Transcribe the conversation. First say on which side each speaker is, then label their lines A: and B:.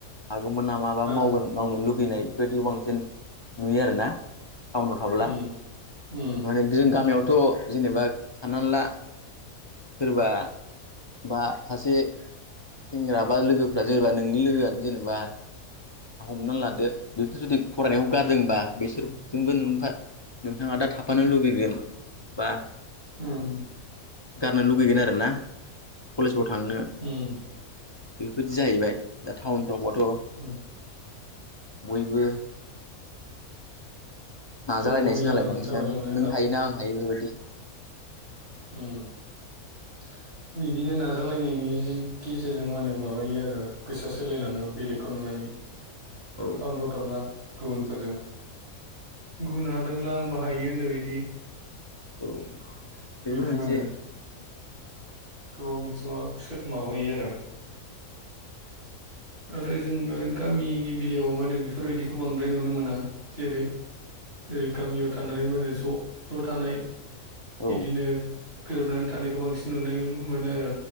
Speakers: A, on the left; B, on the right.
A: हागौमोन नामा बा
B: नाज
A: मावगोन मावनो लगै लुगैनाय बेफोरबायदिखौ बांसिन नुयो आरोना टाउनाव थाबोला
B: उम उम
A: थारमाने जों गामियावथ' जेनेबा साननानै ला सोरबा बा सासे सेंग्रा बा लोगोफ्रा जेनेबा नोंनि लोगोआनो जेनेबा साहा हमनानै लादो बेखौ जुदि फरायनायखौ गारदोंबा बिसोर जोंबो नो नोंथाङा दा थाफानो लुुबैगोन बा
B: ओम
A: गारनो लुगैगोन आरोना कलेजाव थांनो
B: उम
A: बेफोरदि जाहैबाय दा टाउनफ्रावबथ'
B: उम
A: बयबो नाजालायनायसै
B: गाव गावनि लामाजों
A: नालाय बांसिनानो
B: थाबायलांनो
A: नों हायो ना आं हायो बेबायदि
B: ओम बिदिनो नाजालायनायनि गेजेरजों मान होने माबायो आरो गोसोआ सोलायलांङो बेलेगखौ नुनानै।
A: औ
B: टाउन फोराव थाब्ला गुबुनफोरजों बुंनो हादोंब्ला आं बाहायो होननाय बायदि।
A: औ बेबो
B: बिदि
A: मोनसे
B: मोनो गोबां बिथिङावो माबायो आरो आरो जों आरो गामिनि बेलायाव मा होनो बेफोरबायदिखौ बांद्राय नुनो मोना जेरै ओै गामियाव थानानै मानो ज' ज' थानाय
A: औ
B: बिदिनो गोरोबनानै थानायखौ बांसिन नुनाय मोनो आरो